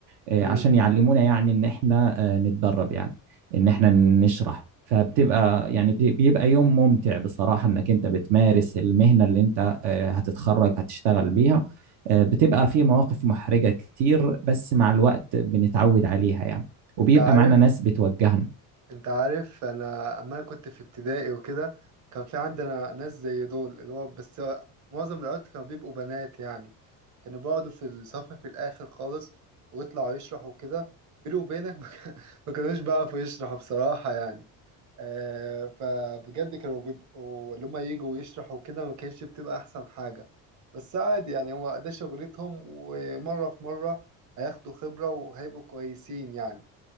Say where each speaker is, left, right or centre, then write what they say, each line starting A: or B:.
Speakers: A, on the right (about 70°); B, on the right (about 45°).
A: آه،
B: امم
A: عشان يعلمونا يعني ان احنا آه، نتدرب يعني ان احنا نشرح فبتبقى يعني بي- بيبقى يوم ممتع بصراحة انك انت بتمارس المهنة اللي انت آه، هتتخرج هتشتغل بيها آه، بتبقى في مواقف محرجة كتير بس مع الوقت بنتعود عليها يعني وبيبقى
B: انت عارف
A: معانا ناس بتوجهنا
B: انت عارف انا اما كنت في ابتدائي وكده كان في عندنا ناس زي دول اللي هو بس معظم الوقت كانوا بيبقوا بنات يعني كانوا بيقعدوا في الصف في الاخر خالص ويطلعوا يشرحوا كده بيني وبينك <laughs> ما كانوش بيعرفوا يشرحوا بصراحة يعني آه فبجد كانوا بيبقوا اللي هما يجوا ويشرحوا كده ما كانتش بتبقى احسن حاجة بس عادي يعني هما ده شغلتهم ومرة في مرة هياخدوا خبرة وهيبقوا كويسين يعني